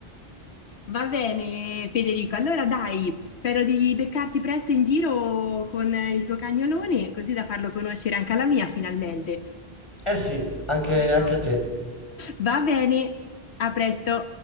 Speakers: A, on the left (about 85°); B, on the left (about 25°).
A: Va bene, Federico, allora dai, spero di beccarti presto in giro con il tuo cagnolone, così da farlo conoscere anche alla mia finalmente.
B: Eh sì, anche,
A: Almeno.
B: anche a te.
A: Va bene, a presto.